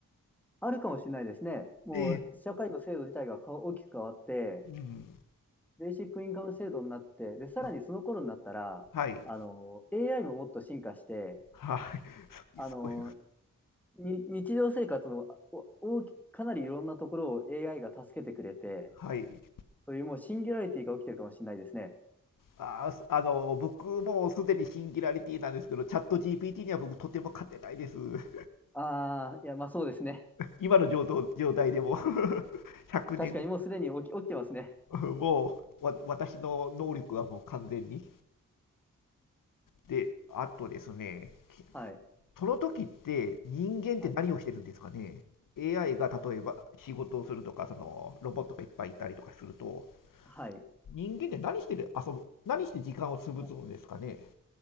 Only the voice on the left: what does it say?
ええ、
うん。
あ、はい。
はい。<laughs>
すごい。
はい。
あー、すあの、僕もすでにシンギュラリティなんですけど、チャット GPT には僕とても勝てないです。<laughs>
今の状態状態でも100年
<laughs>、もう、わ、私の能力はもう完全に。で、あとですね、
その時って人間って何をしてるんですかね
?AI が例えば仕事をするとか、そのロボットがいっぱいいたりとかすると、
人間って何してる遊ぶ何して時間を潰すんですかね